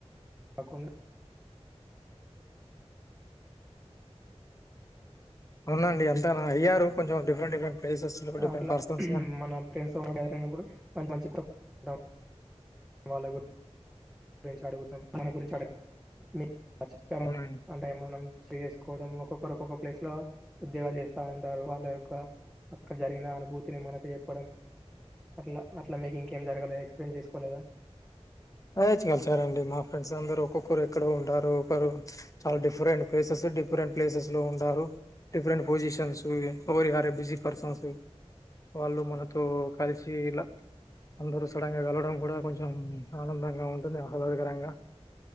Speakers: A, in the centre; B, on the left (about 30°).
A: కాకుండా
B: అవునండి అంతన అయ్యారు కొంచెం డిఫరెంట్ డిఫరెంట్ ప్లేసెస్ లో డిఫరెంట్
A: అట్లా
B: పర్సన్స్ గాని
A: మన ఫ్రేండ్స్ తోన గ్యదర్ ఐనపుడు మంచ్ మంచి కు <unintelligible> వాళ్ళ గురించి అడుగుతాం మన గురించి అడగం మి <unintelligible>
B: అవునండి
A: అంటే మనం <unintelligible> కొడం ఒక్కొక్కరు ఒక్కొక్క ప్లేస్ ల ఉద్యోగాలు చేస్తా ఉంటారు, వాళ్ళ యొక్క ఇక్కడ జరిగిన అనుభూతిని మనకు చెప్పడం అట్లా అట్లా మీకు ఇంకేం జరగలే ఎక్స్ప్లెయిన్ చేసుకోలేదా
B: ఆచ్ కలిసారండి మా ఫ్రెండ్స్ అందరూ ఒక్కొక్కరు ఎక్కడో ఉంటారు చాలా డిఫరెంట్ ప్లేసెస్ డిఫరెంట్ ప్లేసెస్ లో ఉంటారు డిఫరెంట్ పొజిషన్స్ ఎవరికివారే బిజీ పర్సన్స్ వాళ్ళు మనతో కలిసి ఇలా అందరు సడంగా కలవడం కూడా కొంచం ఆనందంగా ఉంటుంది, ఆహ్లాదకరంగా